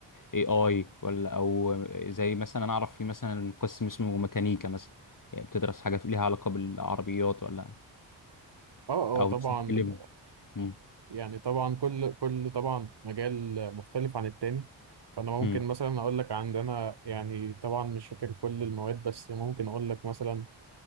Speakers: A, on the left (about 40°); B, on the right (about 55°).
A: اي اي ولا او زي مثلا انا اعرف في مثلا قسم اسمه ميكانيكا مثلا يعني بتدرس حاجة ليها علاقة بالعربيات ولا
B: اه
A: او
B: اه طبعا
A: مثلا اللي مم،
B: يعني طبعا كل كل طبعا مجال مختلف عن التاني فانا ممكن
A: مم،
B: مثلا اقول لك عندنا يعني طبعا مش فاكر كل المواد بس ممكن اقول لك مثلا